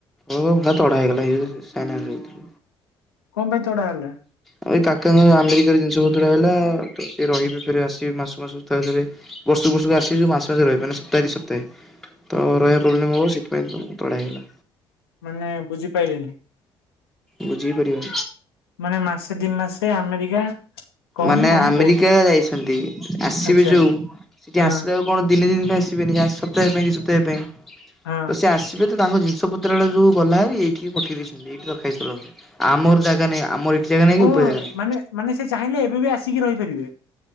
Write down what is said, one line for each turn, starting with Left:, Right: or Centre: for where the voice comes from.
Centre: ହ ଭ ତଡା ହେଇଗଲା ସେଇଟା ନୁହଁ କି?
Left: କଣ ପାଇଁ ତ ତଡ଼ା ହେଲା।
Centre: ଆଉ ଏଇ କାକାଙ୍କ ଆମେରିକାରେ ଜିନିଷପତ୍ର ରହିଲା ତ ସିଏ ରହିବେ ଫେରେ ଆସିବେ ମାସ ମାସୁ ଥରେ ଥରେ ବର୍ଷକୁ ବର୍ଷକୁ ଆସିିବୁ ମାସେ ମାସେ ରହିବେ ନା ସପ୍ତାହେ ଦି ସପ୍ତାହେ ତ ରହିବା ପ୍ରୋବ୍ଲେମ ହବ ସେଥିପାଇଁ ତଡ଼ା ହେଇଗଲା।
Left: ମାନେ ବୁଝିପାରଲିନି।
Centre: ବୁଝି ପାରିବନି।
Left: ମାନେ ମାସେ ଦି ମାସେ। ସେ ଆମେରିକା। କହୁନୁ
Centre: ମାନେ
Left: କଣ
Centre: ଆମେରିକା
Left: କହୁଛୁ
Centre: ଯାଇଛନ୍ତି ଆସିବେ
Left: ଆଚ୍ଛା
Centre: ଯୋଉ ସେଠି
Left: ହଁ
Centre: ଆସିଲା ବେଳକୁ ଦିନେ ଦି ଦିନ। ଆସିବେନି ଯାହା, ସପ୍ତାହେ ପାଇଁ ଦି ସପ୍ତାହେ ପାଇଁ।
Left: ହଁ।
Centre: ତ ସେ ଆସିବେ। ତାଙ୍କ ଜିନିଷ ପତ୍ର ଗୁଡ଼ା ଯୋଉ ଗଲା ଏଇଠିକି ପଠେଇ ଦେଇଛନ୍ତି ଏଇଠି ରଖାହେଇଚି ଆମର ଜାଗା ନାହିଁ ଆମର ଏଠି। ଜାଗା ନାହିଁ କି
Left: ଓ
Centre: ଉପରେ ଜାଗା ନାହିଁ।
Left: ମାନେ ମାନେ ସେ ଚାହିଁଲେ। ଏବେ ବି ଆସିକି ରହିପାରିବେ।